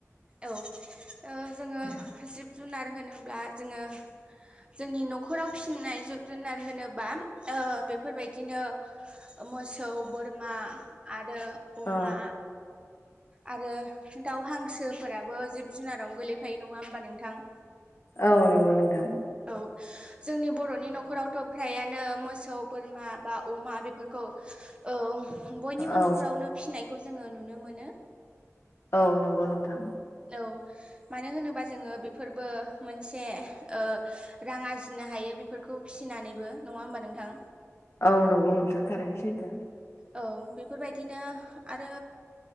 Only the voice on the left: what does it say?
दे
औ
औ नंगौ नोंथां।
औ
औ नंगौ नोंथां।
औ नंगौ नोंथां थारैनोसैथो।